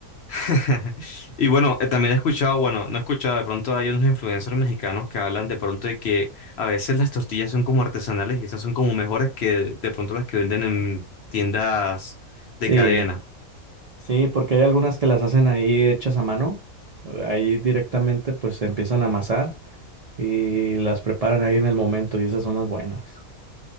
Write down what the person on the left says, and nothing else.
<laughs> Y bueno, eh, también he escuchado, bueno, no he escuchado, de pronto hay unos influencers mexicanos que hablan de pronto de que a veces las tortillas son como artesanales y esas son como mejores que de pronto las que venden en tiendas
de cadena.